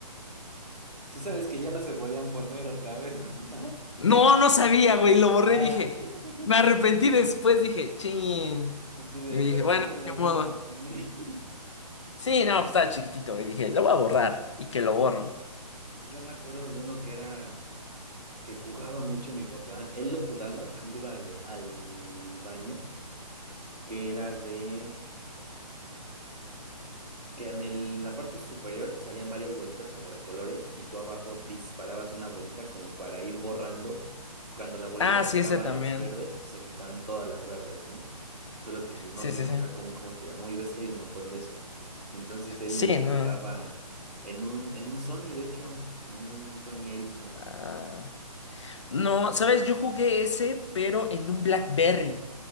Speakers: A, on the right; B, on the left.
A: Sí sabes que ya no se podían poner otra vez, ¿verdad?
B: No, no sabía, güey, lo borré,
A: Ah.
B: dije,
A: <laughs>
B: me arrepentí después, dije, chin.
A: Y tú de,
B: Y me
A: ¿y
B: dije,
A: ahora
B: bueno,
A: cómo lo
B: ni
A: vuelvo
B: modo.
A: a poner? <laughs>
B: Sí, no, pues estaba chiquitito y dije, lo voy a borrar y que lo borro.
A: Yo me acuerdo de uno que era que jugaba mucho mi papá. Él lo jugaba cuando iba al, al baño, que era de que en el- la parte superior salían varias bolitas como de colores y tú abajo disparabas una bolita como para ir borrando. Cuando la bolita
B: Ah,
A: tocaba
B: sí, ese también.
A: las verdes, se quitaban todas las verdes, ¿no? Solo que pues no
B: Sí,
A: sé
B: sí,
A: nunca
B: sí.
A: cómo, cómo se llamó y ves que hay un montón de esos. Entonces él
B: Sí,
A: lo
B: no.
A: jugaba en un, en un Sony, de hecho, en un Sony Ericsson.
B: Ah. No, sabes, yo jugué ese, pero en un BlackBerry.